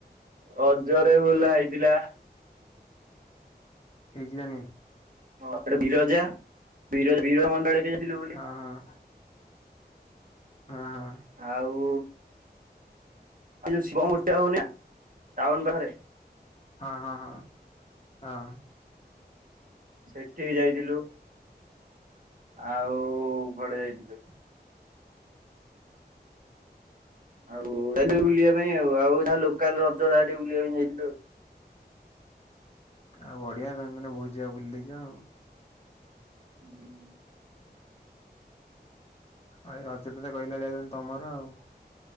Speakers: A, on the right; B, on the left.
A: ରଜରେ ବୁଲା ହେଇଥିଲା
B: ହେଇଛି ଜାନି।
A: ହଁ ଏଠେ ବିରଜା ବିରଜା ବିରଜା ମନ୍ଦିର ଆଡେ ଯାଇଥିଲୁ ବୁଲି।
B: ହଁ ହଁ ହଁ ହଁ।
A: ଆଉ ଯୋଉ ଶିବଙ୍କ ମୃତ୍ତି ହଉନି ନା ଟାଉନ ପାଖରେ।
B: ହଁ ହଁ ହଁ ହଁ।
A: ସେଠିକି ଯାଇଥିଲୁ। ଆଉ କୁଆଡେ ଯାଇଥିଲୁ? ଆଉ ବୁଲିବା ପାଇଁ ଆଉ ଆଉ ଯାହା ଲୋକାଲ ରଜ ଯାହା ଟିକେ ବୁଲିବା ପାଇଁ ଯାଇଥିଲୁ ଆଉ।
B: ଆଉ ବଢିଆ ତମେ ମାନେ ବହୁତ ଯାଗା ବୁଲି ଦେଇଛ ଆଉ।
A: ହୁଁ।
B: ଭାଇ ରଜରେ ତ କହିଲା ଭଳିଆ ତମର ଆଉ।